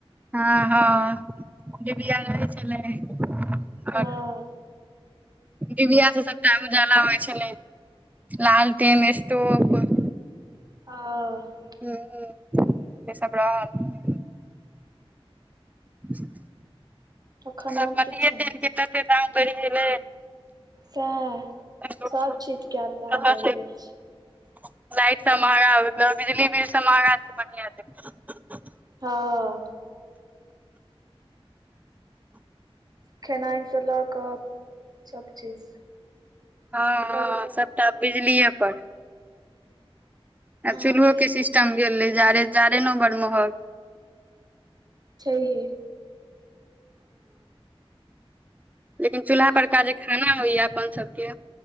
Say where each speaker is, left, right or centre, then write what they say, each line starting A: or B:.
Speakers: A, on the right (about 15°); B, on the right (about 40°).
A: आ हाँ हाँ डिबिया रहै छलै आओर
B: हाँ
A: डिबिया से सबटा उजाला होइ छलै लालटेन स्टोप
B: हां आ
A: हु हु से सब रहल <unintelligible>
B: तखन
A: सब
B: आब
A: मटिये
B: किछु नहि छै
A: दाम बढिं गेलै
B: सएह
A: कह
B: सब चीज के आब दाम बढ़ि गेल छै
A: <unintelligible> लाइट सब महगा मतलब बिजली बिल सब महगा छै बढ़िआ दे
B: ह खेनाइ सँ लऽ कऽ सभ चीज
A: ह
B: बड दाम
A: सबटा बिजलीेए पर
B: हँ
A: आ चूल्हो
B: य
A: के सिस्टम गेल रहै जाड़े जाड़े ने बड़ महग
B: छैहे
A: लेकिन चूल्हा
B: आ
A: पर का जे खाना होइयै अपन सबके